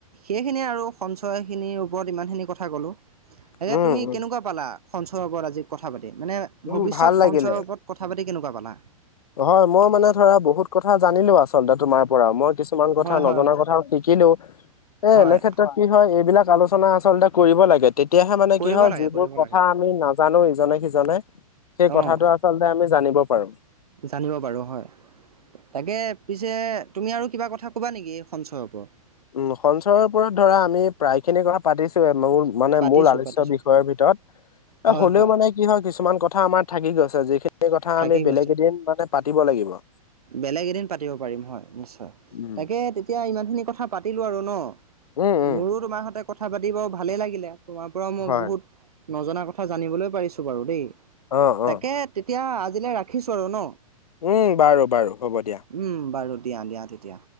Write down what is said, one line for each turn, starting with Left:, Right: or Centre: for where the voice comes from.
Right: সেইখিনিয়ে আৰু সঞ্চয় খিনিৰ ওপৰত ইমানখিনি কথা কলোঁ এতিয়া
Left: উম
Right: তুমি
Left: উম
Right: কেনেকুৱা পালা সঞ্চয় ওপৰত আজি কথা পাতি মানে
Left: উম
Right: ভৱিষ্যত
Left: ভাল লাগিলে
Right: সঞ্চয়ৰ ওপৰত কথা পাতি কেনেকুৱা পালা
Left: হয় মই মানে ধৰা বহুত কথা জানিলোঁ আছ <unintelligible> শব্দ তোমাৰ পৰা মই কিছুমান কথা
Right: হয়
Left: নজনা
Right: হয়
Left: কথাও শিকিলো এ
Right: হয়
Left: এনে ক্ষেত্ৰত কি হয় এইবিলাক আলোচনা আচলতে কৰিব লাগে তেতিয়াহে মানে
Right: কৰিব
Left: কি হয়
Right: লাগে
Left: যিবোৰ
Right: কৰিব
Left: কথা
Right: লাগে
Left: আমি নাজানো ইজনে সিজ নে সেই কথাটো
Right: অঁ
Left: আচলতে আমি জানিব পাৰো
Right: জানিব পাৰো হয় তাকে পিছে তুমি আৰু কিবা কথা ক'বা নেকি সঞ্চয়ৰ ওপৰত
Left: উম সঞ্চৰৰ ওপৰত ধৰা আমি প্ৰায় খিনি কথা পাতিছোয়ে মোৰ মানে
Right: পাতিছোঁ
Left: মূল আলচ্য
Right: পাতিছোঁ
Left: বিষয়ৰ ভিতৰত
Right: হয়
Left: অ হ'লেও
Right: হয়
Left: মানে কি হয় কিছুমান কথা আমাৰ থাকি গৈছে যিখিনি কথা
Right: থাকি
Left: আমি বেলেগ
Right: গৈছে
Left: এদিন মানে পাতিব লাগিব
Right: বেলেগ এদিন পাতিব পাৰিম হয় নিশ্চয়
Left: উম
Right: তাকে তেতিয়া ইমানখিনি কথা পাতিলোঁ আৰু ন
Left: উম উম,
Right: মোৰো তোমাৰ হতে কথা পাতি বাৰু ভালেই লাগিলে তোমাৰ পৰাও মই
Left: হয়
Right: বহুত নজনা কথা জানিবলৈ পাৰিছো বাৰু দেই
Left: অ অ
Right: তাকে তেতিয়া আজিলৈ ৰাখিছো আৰু ন।
Left: উম বাৰু বাৰু হ'ব দিয়া।
Right: উম বাৰু দিয়া দিয়া তেতিয়া।